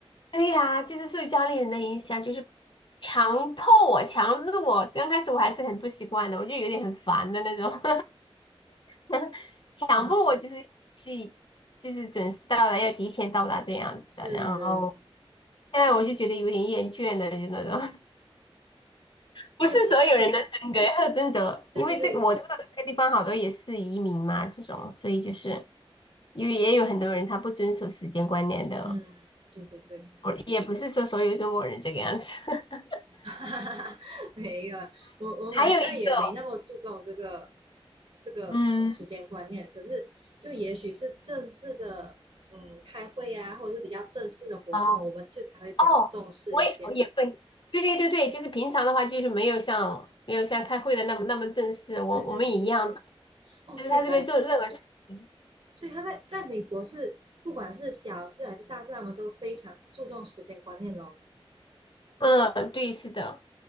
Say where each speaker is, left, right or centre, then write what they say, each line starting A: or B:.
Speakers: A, on the left; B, on the right.
A: 对呀、就是受家里人的影响，就是强迫我、强制我。刚开始我还是很不习惯的，我就有点很烦的那种，<laughs> 强迫我就是去就是准时到了，
B: 哇，
A: 要提前到达这样子的。
B: 是，
A: 然后现在我就觉得有点厌倦了，就那种。不是所有人的真格要真的，
B: 哎，可是挺对对对，
A: 因为这个我这个这个地方好多也是移民嘛，这种，所以就是因为也有很多人他不遵守时间观念的，
B: 嗯，对对对，
A: 我也不是说所有中国人这个样子。<laughs>
B: <laughs> 没有，我我马来西亚也没那么注重这个
A: 还有一个，
B: 这个时间观念，
A: 嗯，
B: 可是就也许是正式的，嗯，开会啊，或者是比较正式的活动，
A: 啊，
B: 我们就才会比较重视一些。
A: 哦，我也我也会，对对对对，就是平常的话就是没有像没有像开会的那么那么正式，我我们也一样的，
B: 对对对对对，哦，
A: 但是他这边做任何事情，
B: 所以在所以他在在美国是不管是小事还是大事，他们都非常注重时间观念哦，
A: 嗯，对，是的。